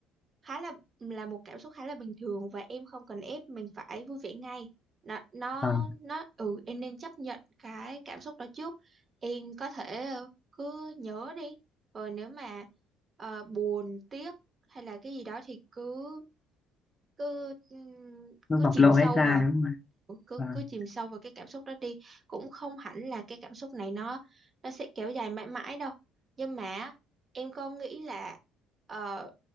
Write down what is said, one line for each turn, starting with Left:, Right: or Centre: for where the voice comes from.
Right: khá là là một cảm xúc khá là bình thường và em không cần ép mình phải vui vẻ ngay nó nó
Left: vâng
Right: nó ừ em nên chấp nhận cái cảm xúc đó trước em có thể ờ, cứ nhớ đi rồi nếu mà ờ, buồn tiếc hay là cái gì đó thì cứ cứ ừm,
Left: nó
Right: cứ
Left: bộc
Right: chìm
Left: lộ
Right: sâu
Left: hết ra
Right: vào
Left: đúng không ạ
Right: Ừ, cứ
Left: vâng
Right: cứ chìm sâu vào cái cảm xúc đó đi cũng không hẳn là cái cảm xúc này nó nó sẽ kéo dài mãi mãi đâu nhưng mà em có nghĩ là ờ,